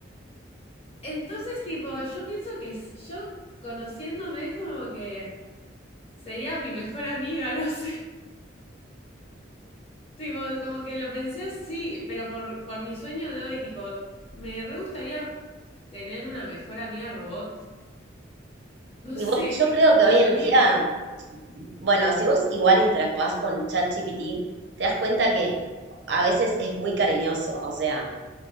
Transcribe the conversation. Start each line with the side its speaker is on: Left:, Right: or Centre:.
Left: Entonces, tipo, yo pienso que s- yo conociéndome como que sería mi mejor amiga, <laughs> no sé. Tipo, como que lo pensé así, pero por, por mi sueño de hoy, tipo, me re gustaría tener una mejor amiga robot. No
Right: Y
Left: sé,
Right: bueno, yo creo
Left: lo
Right: que hoy
Left: soñé.
Right: en día, bueno, si vos igual interactuás con ChatGPT, te das cuenta que a veces es muy cariñoso. O sea,